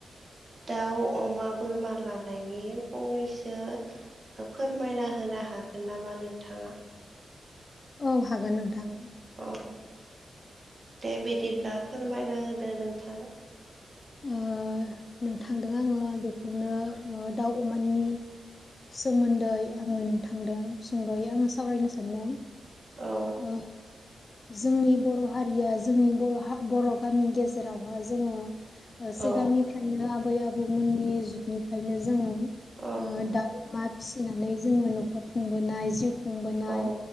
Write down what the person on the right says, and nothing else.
दाउ अमा बोरमा लानायनि फंनैसो फोरमायना होनो हागोन नामा नोंथाङा?
अ दे बिदि दा फोरमायना होदो नोंथां
औ
औ
औ
औ